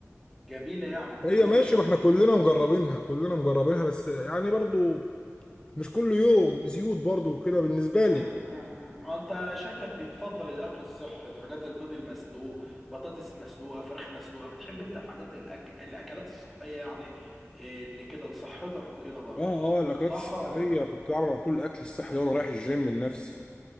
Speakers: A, in the centre; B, on the left.
A: جميلة يعني
B: هي
A: كله
B: ماشي
A: بيشكر
B: ما احنا
A: فيها
B: كلنا مجربينها كلنا مجربينها بس يعني برضو مش كل يوم زيوت برضو كده بالنسبه لي
A: أمم، أمم، أمم. آه، أنت شكلك بتفضل الأكل الصحي الحاجات البيض المسلوق بطاطس مسلوقة فراخ مسلوقة بتحب أنت الحاجات الأك... الأكلات الصحية يعني إيه، اللي كده لصحتك وكده برضه
B: اه اه الاكلات
A: صح
B: الصحيه
A: ولا
B: كنت بعمل على طول الاكل الصحي ده وانا رايح الجيم لنفسي